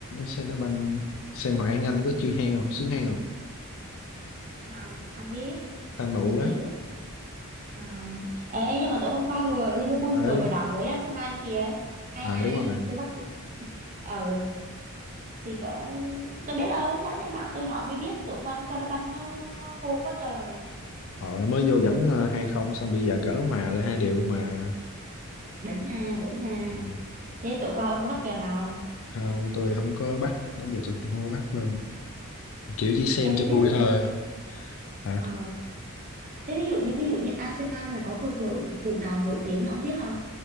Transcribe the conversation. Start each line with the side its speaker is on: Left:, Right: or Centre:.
Left: xe đá banh xem Hoàng An Anh có chui hang không xuống hang không
Right: không không biết
Left: fan mụ
Right: không
Left: quá
Right: biết không. ê nhưng mà tối hôm qua vừa Liverpool
Left: ừ
Right: vừa mới đỏ với Arsenal kìa hai
Left: à
Right: hai
Left: đúng rồi
Right: tôi bắt ừ thì cậu tôi biết đâu sáng nay bạn tôi nói mới biết tối qua nó coi đá banh nó nó hô quá trời
Left: họ mới vô dẫn ờ, hai không xong bây giờ gỡ hòa lại hai điều luôn mà
Right: đỉnh ha đỉnh ha
Left: ừ.
Right: thế tối qua ông có bắt kèo nào không
Left: không tôi không có bắt đó giờ tôi cũng không có bắt luôn kiểu chỉ xem
Right: Ê,
Left: cho
Right: ví
Left: vui
Right: dụ
Left: thôi
Right: như
Left: hả
Right: ờ, thế ví dụ như ví dụ như Arsenal là có cầu thủ thủ nào nổi tiếng không biết không?